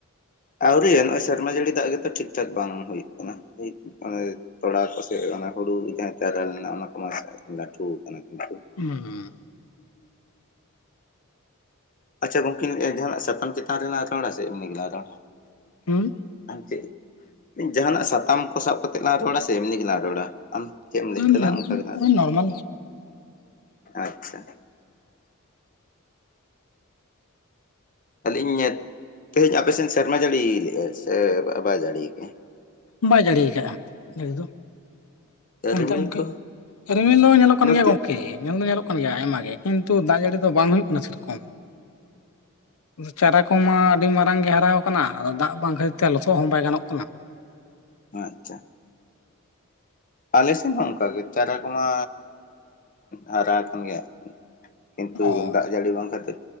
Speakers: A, on the left; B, on the left.
A: ᱟᱹᱣᱨᱤ ᱱᱚᱜᱼᱚᱭ ᱥᱮᱨᱢᱟ ᱡᱟᱹᱲᱤ ᱫᱟᱜ ᱜᱮᱛᱚ ᱴᱷᱤᱠ ᱴᱷᱟᱠ ᱵᱟᱝ ᱦᱩᱭᱩᱜ ᱠᱟᱱᱟ, ᱚᱱᱮ ᱛᱚᱲᱟ ᱠᱚᱥᱮ ᱦᱩᱲᱩ ᱡᱟᱦᱟᱸ ᱪᱟᱨᱟ ᱞᱮᱱᱟ ᱚᱱᱟ ᱠᱚᱢᱟ ᱞᱟᱹᱴᱷᱩ ᱠᱟᱱᱟ ᱠᱤᱱᱛᱩ
B: ᱦᱩᱸ
A: ᱟᱪᱪᱷᱟ ᱜᱚᱝᱠᱮᱧ ᱞᱟᱹᱭ ᱮᱫ-ᱟ ᱡᱟᱦᱟᱸᱱᱟᱜ ᱥᱟᱛᱟᱢ ᱪᱮᱛᱟᱱ ᱨᱮᱞᱟᱝ ᱨᱚᱲᱟ ᱥᱮ ᱮᱢᱱᱤ ᱜᱮᱞᱟᱝ ᱨᱚᱲᱟ᱾
B: ᱦᱩᱸ
A: ᱟᱢ ᱪᱮᱫ ᱡᱟᱦᱟᱱᱟᱜ ᱥᱟᱛᱟᱢ ᱠᱚ ᱥᱟᱵ ᱠᱟᱛᱮᱜ ᱞᱟᱝ ᱨᱚᱲᱟ ᱥᱮ ᱮᱢᱱᱤ ᱜᱮᱞᱟᱝ ᱨᱚᱲᱟ ᱟᱢ ᱪᱮᱫ ᱮᱢ ᱞᱟᱹᱭ
B: ᱦᱩᱸ
A: ᱛᱞᱟᱝᱟ ᱚᱱᱠᱟ ᱜᱮ ᱦᱟᱸᱜ
B: ᱳᱭ ᱱᱚᱨᱢᱟᱞ
A: ᱟᱪᱪᱷᱟ, ᱟᱹᱞᱤᱧ ᱛᱤᱦᱤᱧ ᱟᱯᱮᱥᱮᱫ ᱥᱮᱨᱢᱟ ᱡᱟᱹᱲᱤᱭ ᱥᱮ ᱵᱟᱭ ᱡᱟᱲᱤ ᱠᱟᱼᱟᱭ
B: ᱵᱟᱭ ᱡᱟᱲᱤ ᱟᱠᱟᱫᱼᱟ ᱡᱟᱲᱤ ᱫᱚ, ᱚᱱᱛᱮ
A: ᱨᱤᱢᱤᱞ
B: ᱜᱚᱢᱠᱮ
A: ᱠᱚ
B: ᱨᱤᱢᱤᱞ ᱫᱚ ᱧᱮᱞᱚᱜ ᱠᱟᱱ
A: ᱱᱚᱛᱮ
B: ᱜᱮᱭᱟ ᱜᱚᱢᱠᱮ, ᱧᱮᱞ ᱫᱚ ᱧᱮᱞᱚᱜ ᱠᱟᱱ ᱜᱮᱭᱟ ᱟᱭᱢᱟ ᱜᱮ ᱠᱤᱱᱛᱩ ᱫᱟᱜ ᱡᱟᱹᱲᱤ ᱫᱚ ᱵᱟᱝ ᱦᱩᱭᱩᱜ ᱠᱟᱱᱟ ᱥᱮ ᱨᱚᱠᱚᱢ, ᱪᱟᱨᱟᱠ ᱠᱚ ᱢᱟ ᱟᱹᱰᱤ ᱢᱟᱨᱟᱝ ᱜᱮ ᱦᱟᱨᱟ ᱟᱠᱟᱱᱟ ᱟᱫᱚ ᱫᱟᱜ ᱵᱟᱝ ᱠᱷᱟᱹᱛᱤᱨ ᱛᱮ ᱞᱚᱥᱚᱫ ᱦᱚᱸ ᱵᱟᱭ ᱜᱟᱱᱚᱜ ᱠᱟᱱᱟ,
A: ᱟᱪᱪᱷᱟ ᱟᱞᱮ ᱥᱮᱱ ᱦᱚᱸ ᱚᱱᱠᱟᱜᱮ ᱪᱟᱨᱟ ᱠᱚᱢᱟ ᱦᱟᱨᱟ ᱟᱠᱟᱱ ᱜᱮᱭᱟ, ᱠᱤᱱᱛᱩ
B: ᱚ
A: ᱫᱟᱜ ᱡᱟᱹᱲᱤ ᱵᱟᱝ ᱠᱷᱟᱹᱛᱤᱨ,